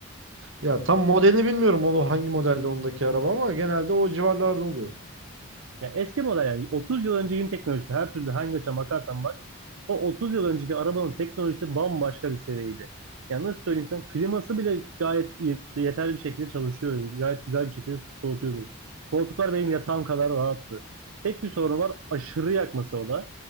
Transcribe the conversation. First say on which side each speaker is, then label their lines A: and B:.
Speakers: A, on the right (about 65°); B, on the right (about 85°).
A: Ya tam modelini bilmiyorum onu hangi modelde ondaki araba ama genelde o civarlarda oluyor.
B: Ya eski model yani 30 yıl öncekin teknolojisi her türlü hangi açıdan bakarsan bak O 30 yıl önceki arabanın teknolojisi bambaşka bir seviyeydi. Yani nasıl söyleyeyim sana kliması bile gayet ye- yeterli bir şekilde çalışıyordu. Gayet güzel bir şekilde soğutuyordu. Koltuklar benim yatağım kadar rahattı. Tek bir sorunu var aşırı yakması o da.